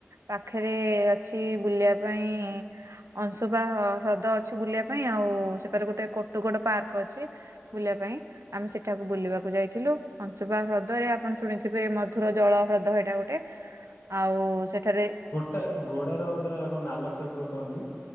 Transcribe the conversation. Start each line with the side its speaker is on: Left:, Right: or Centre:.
Right: ପାଖରେ ଅଛି ବୁଲିବା ପାଇଁ ଅଂଶୁପା ହ୍ରଦ ଅଛି ବୁଲିବା ପାଇଁ ଆଉ ସେକାରେ ଗୋଟେ କୋଟୁଗୋଡ ପାର୍କ ଅଛି। ବୁଲିବା ପାଇଁ। ଆମେ ସେଠାକୁ ବୁଲିବାକୁ ଯାଇଥିଲୁ ହଂଶୁବା ହ୍ରଦରେ ଆପଣ ଶୁଣିଥିବେ ମଧୁର ଜଳ ହ୍ରଦ ଏଇଟା ଗୋଟେ। ଟେ ଆଉ ସେଠାରେ
Left: ଟ ଗୋଡ ର ଗୋଟା କଣ ନାଲ ସେପ ର କାନକି